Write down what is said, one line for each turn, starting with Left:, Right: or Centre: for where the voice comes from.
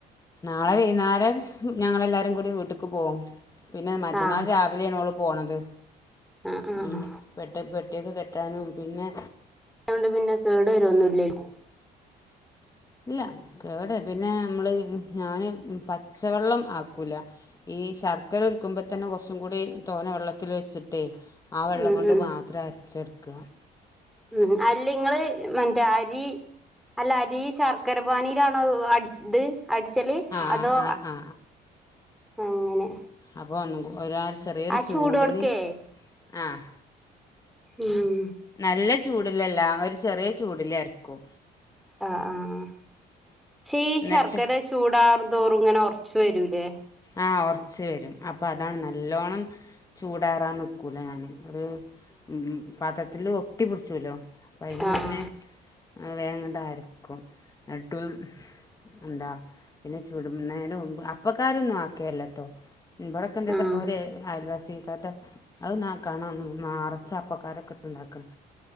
Left: നാളെ വൈന്നാരം ഞങ്ങളെല്ലാരും കൂടി വീട്ട്ക്ക് പോവും പിന്നെ മറ്റന്നാൾ
Centre: ആഹ്
Left: രാ ഇയ്ലാണോള് പോണത്
Centre: ആഹ് ആഹ്
Left: ഉം പെട്ട പെട്ട്യോക്കെ കെട്ടാനും പിന്നെ
Centre: ട്ട്യോണ്ട് പിന്നെ കേട് വരൊന്നുല്ല്യല്ലോ
Left: ഇല്ല കേട്‌ പിന്നെ അമ്മള് ഞാന് പച്ചവെള്ളം ആക്കൂല. ഈ ശർക്കര ഉരുക്കുമ്പോ തന്നെ കൊറച്ചും കൂടി തോനെ വെള്ളത്തില് വെച്ചിട്ടേ ആ വെള്ളം
Centre: ഉം
Left: കൊണ്ട്
Centre: ഉം
Left: മാത്രം അരച്ചെടുക്ക.
Centre: ഉം അല്ലിങ്ങള് വെ മറ്റെ അരി അല്ല അരി ശർക്കര പാനീലാണോ അടിച്ചത്? അടിച്ചല്
Left: ആ
Centre: അതോ
Left: ആ ആ
Centre: അങ്ങനെ.
Left: അപ്പോ ഒന്നുകൂ ഒരാ ഒരാൾ ചെറിയൊരു
Centre: ആ
Left: ചൂടില്
Centre: ചൂടോട്ക്കേ
Left: ആഹ്.
Centre: ഉം.
Left: നല്ല ചൂടിലല്ല ഒരു ചെറിയ ചൂടില് അര്ക്കും.
Centre: ആഹ് ആഹ് ആഹ് ക്ഷേ ഈ
Left: എന്നിട്ട്
Centre: ശർക്കര ചൂടാറും തോറും ഇങ്ങനെ ഒറച്ച് വരൂല്ലേ?
Left: ആഹ് ഒറച്ച് വരും അപ്പ അതാണ് നല്ലോണ്ണം ചൂടാറാൻ നിക് ക്കൂല ഞാന് ഒരു ഉം പാത്രത്തില് ഒട്ടി പിടിച്ചൂലോ. പ്പയ്ന് മുന്നേ
Centre: ആഹ്
Left: ഏഹ് വേഗങ്ങട്ട് അരക്കും ന്നട്ട്. എന്താ പിന്നെ ചുടന്നെന് മുന്നെ അപ്പക്കര രോന്നും ആക്കെ അല്ലട്ടോ ഇവ്‌ടൊക്കെ എന്റെ
Centre: ആഹ്
Left: ഒരേ അയൽവാസി താത്ത അത് നാ കാണാം നെറച്ചപ്പക്കാരൊക്കെ ഇട്ട് ഇണ്ടാക്കണ്.